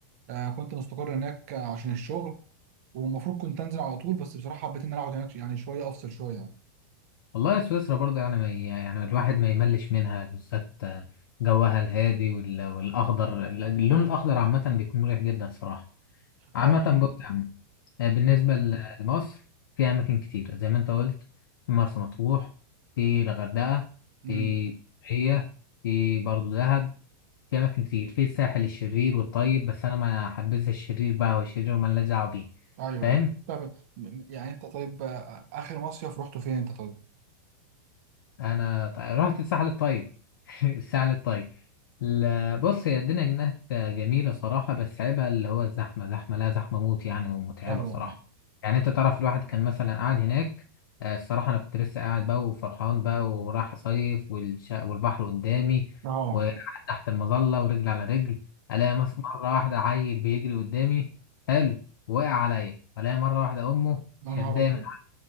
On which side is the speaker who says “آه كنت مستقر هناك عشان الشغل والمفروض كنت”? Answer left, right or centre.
Right